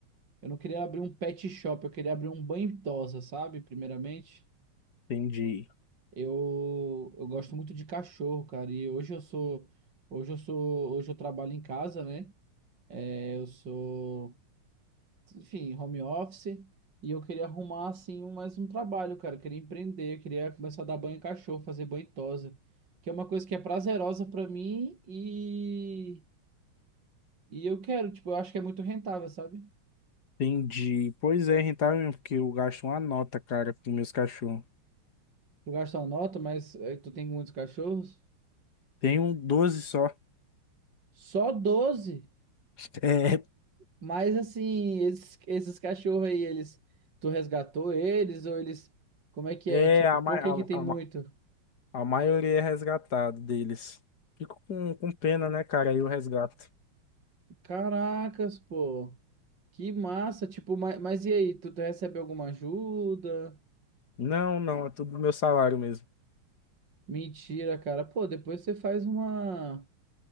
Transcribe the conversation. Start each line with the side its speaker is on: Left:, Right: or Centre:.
Right: Eu não queria abrir um pet shop, eu queria abrir um banho tosa, sabe? Primeiramente.
Left: Entendi.
Right: Eu, eu gosto muito de cachorro, cara. E hoje eu sou. Hoje eu sou. Hoje eu trabalho em casa, né? É, Eu sou. enfim, home office, e eu queria arrumar assim um- mais um trabalho, cara, eu queria empreender, eu queria começar a dar banho em cachorro, fazer banho em tosa, que é uma coisa que é prazerosa pra mim e e eu quero, tipo, eu acho que é muito rentável, sabe?
Left: Entendi. Pois é, é rentável mesmo, porque eu gasto uma nota, cara, com meus cachorros.
Right: Tu gasta uma nota, mas eh, tu tem muitos cachorros?
Left: Tem um 12 só.
Right: Só doze
Left: <laughs> É,
Right: mas assim, esses, esses cachorros aí, eles tu resgatou eles ou eles Como é que
Left: é
Right: é? Tipo,
Left: a,
Right: por
Left: ma-
Right: que
Left: a,
Right: que tem muito?
Left: a, ma- a maioria é resgatado deles. Fico com, com pena, né, cara? Aí o resgato.
Right: Caracas, pô. Que massa, tipo, mas, mas e aí, tu, tu recebe alguma ajuda?
Left: Não, não, é tudo do meu salário mesmo.
Right: Mentira, cara. Pô, depois você faz uma